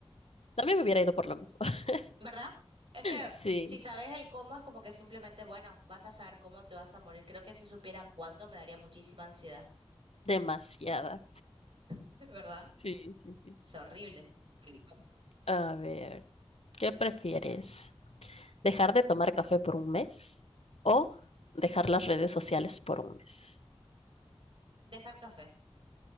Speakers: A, on the left; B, on the right.
A: También me hubiera ido por lo mismo. <laughs>
B: ¿verdad? Es que
A: Sí,
B: si sabes el cómo es como que simplemente, bueno, vas a saber cómo te vas a morir. Creo que si supiera cuándo me daría muchísima ansiedad,
A: demasiada.
B: <laughs> ¿verdad?
A: Sí, sí, sí.
B: Es horrible. <clears throat>
A: A ver, ¿qué prefieres? ¿Dejar de tomar café por un mes o dejar las redes sociales por un mes?
B: Dejar café.